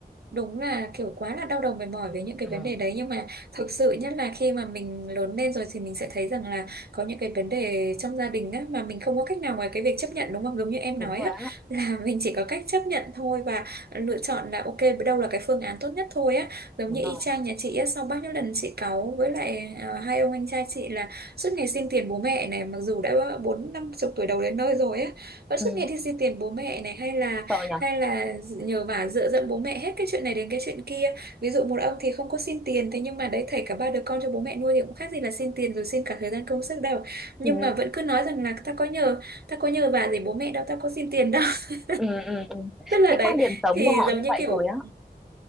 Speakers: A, on the right; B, in the centre.
A: đúng là kiểu quá là đau đầu mệt mỏi với những cái
B: Ừ,
A: vấn đề đấy nhưng mà thực sự nhất là khi mà mình lớn lên rồi thì mình sẽ thấy rằng là có những cái vấn đề trong gia đình á mà mình không có cách nào ngoài cái việc chấp nhận đúng không giống như em
B: đúng
A: nói
B: rồi
A: á
B: á
A: <laughs> là mình chỉ có cách chấp nhận thôi và lựa chọn là ok đâu là cái phương án tốt nhất thôi á giống
B: đúng
A: như
B: rồi
A: y chang nhà chị á sau bao nhiêu lần chị cáu với lại ờ, hai ông anh trai chị là suốt ngày xin tiền bố mẹ này mặc dù đã bốn năm chục tuổi đầu đến nơi rồi á vẫn
B: ừ,
A: suốt ngày đi xin tiền bố mẹ này hay là
B: sợ nhở
A: hay là nhờ vả dựa dẫm bố mẹ hết cái chuyện này đến cái chuyện kia ví dụ một ông thì không có xin tiền thế nhưng mà đấy thảy cả ba đứa con cho bố mẹ nuôi thì cũng khác gì là xin tiền rồi xin cả thời gian công sức đâu nhưng
B: ừ,
A: mà vẫn cứ nói rằng là ta có nhờ ta có nhờ vả gì bố mẹ đâu ta có xin tiền đâu <laughs>
B: ừ, ừ, ừ.
A: tức là
B: cái
A: đấy
B: quan điểm sống
A: thì
B: của họ
A: giống
B: như
A: như
B: vậy
A: kiểu
B: rồi á